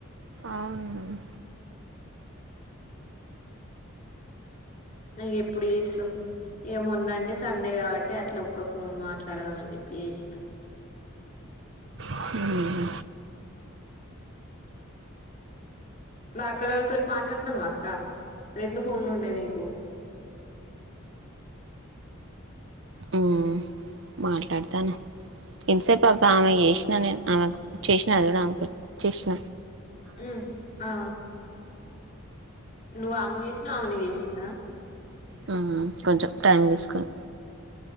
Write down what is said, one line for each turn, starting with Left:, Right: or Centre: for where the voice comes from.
Right: అవును
Left: ఇక ఎప్పుడు చేస్తాం య మొన్నంటే సండే కాబట్టి అట్లా ఒక్క ఫోన్ మాట్లాడదాం అని చెప్పి చేసానం
Right: హ్మ్
Left: మ అక్కడ వాళ్ళతోటి మాట్లాడుతాను అక్క రెండు ఫోన్లు ఉండే నీకు
Right: హ్మ్ మాట్లాడతాను ఎంతసేపు అక్క ఆమె చేసినా నేను ఆమెకు చేసినా కూడా ఆమెకు చేసినా
Left: హ్మ్ ఆ నువ్వు ఆమెకు చేసినవు ఆమె నీకు చేసి తిన్న
Right: హ్మ్ కొంచెం టైం తీసుకొని